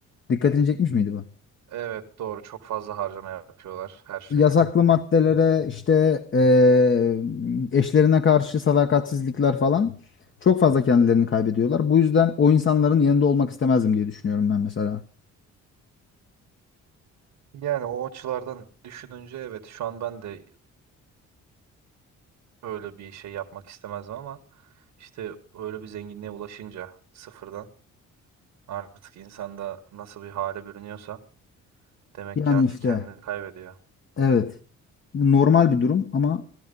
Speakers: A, on the left (about 40°); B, on the right (about 75°).
A: Dikkatini çekmiş miydi bu?
B: Evet doğru çok fazla harcama yapıyorlar her şeye.
A: yasaklı maddelere işte eee, eşlerine karşı sadakatsizlikler falan çok fazla kendilerini kaybediyorlar. Bu yüzden o insanların yanında olmak istemezdim diye düşünüyorum ben mesela.
B: Yani o açılardan düşününce evet şu an ben de öyle bir şey yapmak istemezdim ama işte öyle bir zenginliğe ulaşınca sıfırdan artık insanda nasıl bir hale bürünüyorsa Demek
A: Yani
B: ki artık
A: işte
B: kendini kaybediyor.
A: evet normal bir durum ama